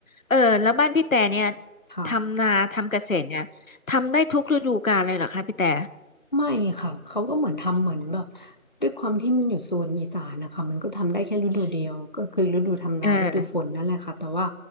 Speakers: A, on the left; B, on the left.
A: เออแล้วบ้านพี่แต่เนี่ย
B: ค่ะ
A: ทำนาทำเกษตรเนี่ยทำได้ทุกฤดูกาลเลยเหรอคะพี่แต่
B: ไม่ค่ะเขาก็เหมือนทำเหมือนแบบด้วยความที่มันอยู่โซนอีสานนะคะมันก็ทำได้แค่ฤดูเดียวก็คือฤดูทำนาฤดูฝนนั่นแหละค่ะแต่ว่า
A: อืมเออ